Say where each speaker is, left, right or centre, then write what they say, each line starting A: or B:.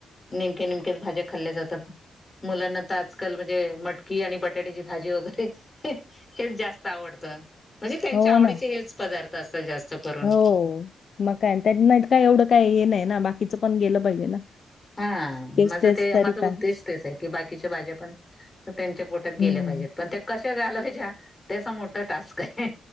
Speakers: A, on the left; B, on the left.
A: नेमक्या नेमक्याच भाज्या खाल्ल्या जातात. मुलांना तर आजकाल म्हणजे मटकी आणि बटाट्याची भाजी वगैरे हेच जास्त आवडतं म्हणजे त्यांच्या
B: हो
A: आवडीचे
B: ना.
A: हेच पदार्थ असतात जास्त करून
B: हो, मग काय त्या नाही काय एवढं काय हे नाही ना बाकीचं पण गेलं पाहिजे ना
A: हा
B: तेच-तेच
A: माझ ते
B: तरी
A: माझा उद्देश
B: काय.
A: तेच आहे की बाकीच्या भाज्या पण त्यांच्या पोटात
B: हम्म,
A: गेल्या पाहिजेत पण त्या कशा घालवायच्या ते असा मोठा टास्क आहे.